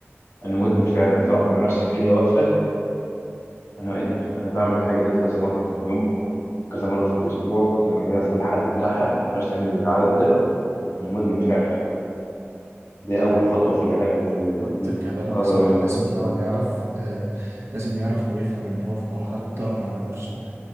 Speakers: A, on the left; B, on the right.
A: انا مدمن فعلا تقف مع نفسك كده واقفه انا ايه ده انا بعمل الحاجه ديت كذا مره في اليوم كذا مره في الاسبوع أنا بعملها فوق الحد بتاعها ما ينفعش تعمل العدد ده انا مدمن فعلا دي اول خطوه في العلاج واللي
B: بالظبط
A: انت
B: كلامك
A: تتكبر
B: صح
A: منه
B: لازم الاول يعرف آه لازم يعرف ويفهم ان هو في مرحله ضرر على نفسه